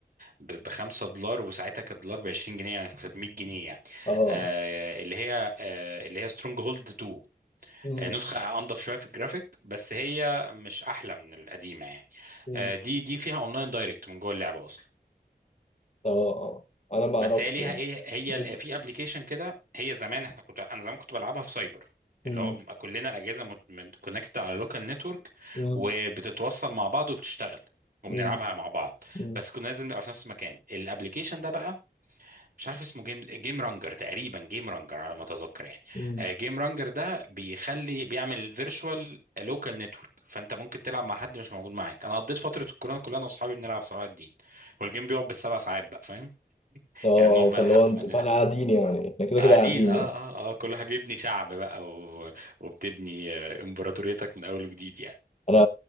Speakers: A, on the right; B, on the left.
A: ب 5 دولار وساعتها كانت دولار ب 20 جنيه يعني كانت 100 جنيه يعني
B: اه
A: آه اللي هي آه اللي هي سترونج هولد 2
B: مم.
A: آه، نسخة أنضف شوية في الجرافيك بس هي مش أحلى من القديمة يعني
B: مم.
A: آه، دي دي فيها أونلاين دايركت من جوه اللعبة أصلا
B: اه اه انا ما اعرفش
A: بس هي ليها إيه هي
B: مم.
A: ال- في أبلكيشن كده هي زمان إحنا كنت أنا زمان كنت بلعبها في سايبر
B: مم.
A: اللي هو بنبقى كلنا الأجهزة كونكتد على لوكال نتورك
B: مم.
A: وبتتوصل مع بعض وبتشتغل وبنلعبها
B: مم.
A: مع بعض
B: مم.
A: بس كنا لازم نبقى في نفس المكان الأبلكيشن ده بقى مش عارف اسمه جيم جيم رانجر تقريبا جيم رانجر على ما اتذكر يعني
B: مم.
A: آه، جيم رانجر ده بيخلي بيعمل فيرتشوال لوكال نتورك فانت ممكن تلعب مع حد مش موجود معاك انا قضيت فتره الكورونا كلها انا واصحابي بنلعب صلاح الدين والجيم بيقعد بالسبع ساعات بقى فاهم
B: اه
A: يعني نقعد بقى
B: فاللي
A: لحد
B: هو انتوا
A: ما ن-
B: فاحنا قاعدين يعني احنا كده
A: قاعدين
B: كده قاعدين
A: اه
B: يعني.
A: اه اه كل واحد بيبني شعب بقى و... وبتبني آه، امبراطوريتك من اول وجديد يعني
B: انا